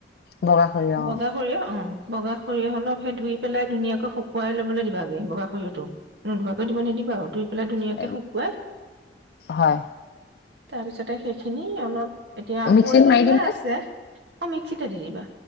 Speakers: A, on the left (about 60°); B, on the right (about 75°).
A: বগা সৰিয়হ অ
B: বগা সৰিয়হ অ' বগা সৰিয়হ অলপ সেই ধুই পেলাই ধুনীয়াকৈ শুকুৱাই লবলৈ দিবা আগে। বগা সৰিয়হটো নোধুোৱাকৈ দিব নিদিবা আৰু ধুই পেলাই শুকুৱাই
A: এ হয়
B: তাৰপিছতে সেইখিনি অলপ এতিয়া
A: মিক্সিত
B: পৰিমান
A: মাৰি দিম
B: লৈ
A: নে
B: আছে। অ' মিক্সিতে দি দিবা।